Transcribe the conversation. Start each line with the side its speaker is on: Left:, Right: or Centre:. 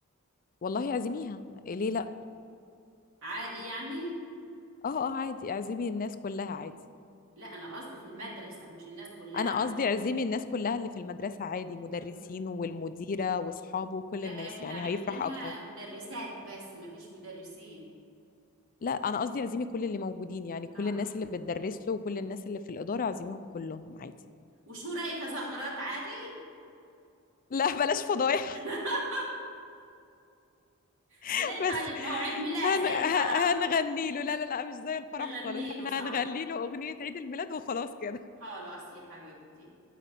Left: والله اعزميها ليه لا
Right: عادي يعني
Left: اه اه عادي اعزمي الناس كلها عادي
Right: لا انا قصدي في المدرسه مش الناس كلها
Left: انا قصدي عزمي الناس كلها اللي في المدرسة عادي مدرسين
Right: مم.
Left: والمديرة واصحابه وكل
Right: لا
Left: الناس
Right: احنا
Left: يعني
Right: عندنا
Left: هيفرح اكتر
Right: مدرسات بس ما فيش مدرسين
Left: لا انا قصدي عزمي كل اللي موجودين يعني كل
Right: اه
Left: الناس اللي بتدرس له وكل الناس اللي في الإدارة عزميهم كلهم عادي
Right: وشو رايك ازغرات عادي
Left: <laughs> لا بلاش فضايح
Right: <laughs>
Left: <laughs>
Right: ليه
Left: بس
Right: طيب ما هو عيد ميلاد
Left: هن...
Right: زي
Left: ه-
Right: الفرح
Left: هنغني له لا لا لا مش زي الفرح
Right: نغني
Left: خالص احنا
Right: له صح
Left: هنغني له أغنية عيد الميلاد وخلاص كده <laughs>
Right: خلاص يا حبيبتي